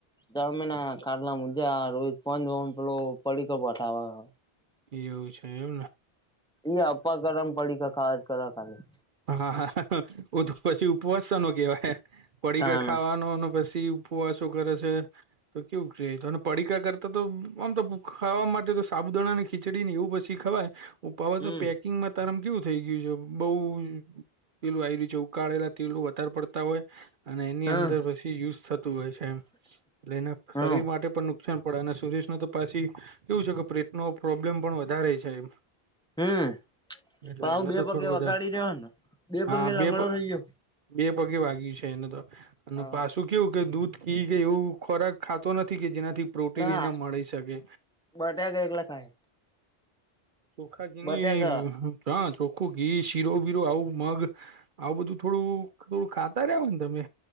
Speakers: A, in the centre; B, on the right (about 55°).
A: જમીન આયા ખાટલા મુજા રોજ પ પેલો પડીકા બતાવે હે
B: એવું છે એવુને
A: એ અપા કરમ પડીકા ખાયા જ કરે ખાલી
B: હા હા ઓ તો પછી ઉપવાસ સાનો કેવાય પડીકા
A: તાન
B: ખાવાનો અને પછી ફુવા શુ કરે છે તો કેવું કે તો પડીકા કરતા તો આમ તો ખાવા માટે તો સાબુદાણા ને ખીચડી ને એવું પછી ખવાય અવે
A: હમ
B: તો પેકિંગમાં તારામ કેવું થઈ ગયું છે બહુ પેલું આવી રહ્યું છે ઉ કળેલા પેલું વધારે પડતા હોય અને એની
A: હમ
B: અંદર પછી યુઝ થતું હોય છે એમ. એટલે ઈને
A: હમ
B: શરીર માટે પણ નુકસાન પડે અને સુરેશ ને તો પછી. એવું છે કે પ્રેટનો પ્રોબ્લેમ પણ વધારે છે એમ
A: હમ
B: એટલે
A: આવ
B: એને
A: બે
B: તો
A: પગે
B: થોડું વધારે
A: વગાડી દેવાયને બે
B: હા
A: પગે લંગડો
B: પ
A: થઈ ગયો.
B: બે પગે વાગ્યુ છે એને તો અને
A: હા
B: પાસ શું કેવું કે દૂધ પી ગઈ હોવ એવું ખોરાક ખાતો નથી કે જેનાથી પ્રોટીન
A: ના
B: એના મળી શકે.
A: બટાકા એકલા ખાય
B: ચોખા જની
A: બટાકા
B: ચોખ આખું ઘી શીરો બીરો આવું મગ આવું બધું થોડું થોડું ખાતા રહ્યો ને તમે.